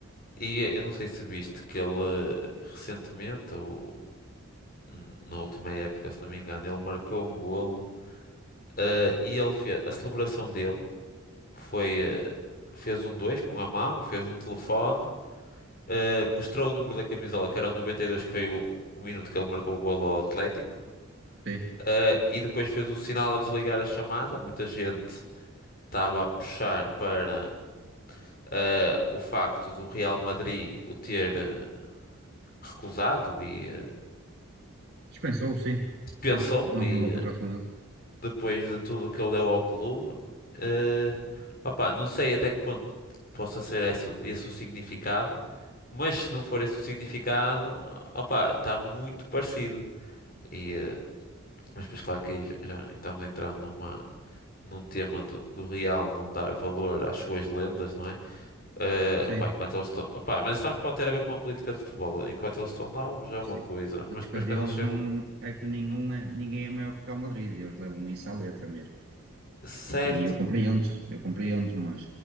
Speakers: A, on the left; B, on the right.
A: E eu não sei se viste que ele eh, recentemente, ou hum, na última época, se não me engano, ele marcou um golo eh, e ele fez, a celebração dele foi, eh, fez um dois com a mão, fez um telefone Uh, mostrou o número da camisola, que era o 92 que foi o, o minuto que ele marcou o golo ao Atlético.
B: Sim.
A: Uh, e depois fez o sinal a desligar a chamada. Muita gente estava a puxar para uh, o facto do Real Madrid o ter uh, recusado e uh,
B: Dispensou, sim.
A: pensou.
B: Sim. Não
A: E
B: renovou o
A: uh,
B: contrato com ele.
A: depois de tudo o que ele deu ao clube, uh, opá, não sei até que ponto possa ser esse, esse o significado. Mas se não for esse o significado, opá, está muito parecido. e eh, Mas depois, claro que aí já estamos a entrar numa, num tema do, do real não dar valor às suas lendas, não é? Eh,
B: Sim.
A: opá, enquanto eles estão. opá, mas isso também pode ter a ver com a política de futebol. Enquanto eles estão novos é uma
B: Sim.
A: coisa,
B: A política
A: mas depois
B: deles
A: quando eles chegam.
B: não é que nenhum é- ninguém é maior que o Real Madrid, eles levam isso à letra mesmo.
A: Certo.
B: E eu compreendo, eu compreendo, mas